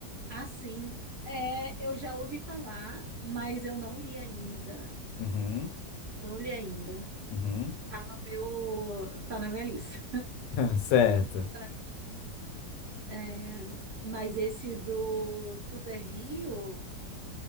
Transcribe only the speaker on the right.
Ah, sim. É, eu já ouvi falar, mas eu não li ainda.
Não li ainda.
Tá no meu, tá na minha lista.
<laughs> É, mas esse do Tudo é Rio,